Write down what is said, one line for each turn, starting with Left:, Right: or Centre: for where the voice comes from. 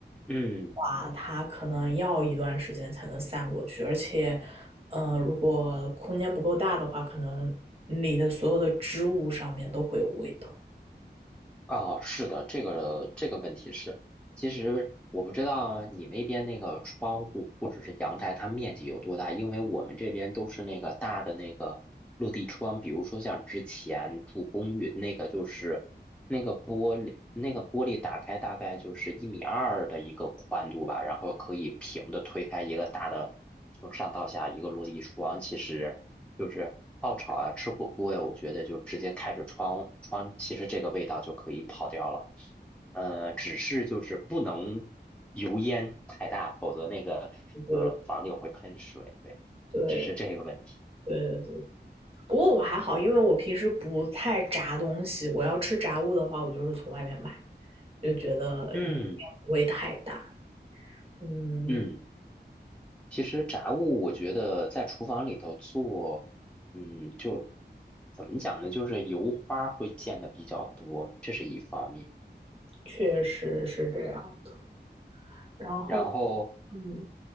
Centre: 嗯。
Right: 话，它可能要一段时间才能散过去，而且，呃，如果空间不够大的话，可能你的所有的织物上面都会有味道。
Centre: 啊，是的，这个这个问题是，其实我不知道你那边那个窗户或者是阳台，它面积有多大，因为我们这边都是那个大的那个落地窗，比如说像之前住公寓那个，就是那个玻璃，那个玻璃打开大概就是一米二的一个宽度吧，然后可以平的推开一个大的，从上到下一个落地窗，其实。就是爆炒啊，吃火锅呀，我觉得就直接开着窗窗，其实这个味道就可以跑掉了。呃，只是就是不能油烟太大，否则那个就是房柳会喷水。
Right: 对对
Centre: 对，
Right: 对
Centre: 只是这个问题。
Right: 对对不过我还好，因为我平时不太炸东西，我要吃炸物的话，我就是从外面买，就觉得
Centre: 嗯
Right: 不会太大。嗯，
Centre: 嗯，其实炸物我觉得在厨房里头做，嗯，就怎么讲呢？就是油花会溅的比较多，这是一方面。
Right: 确实是这样的。然后，
Centre: 然后，
Right: 嗯，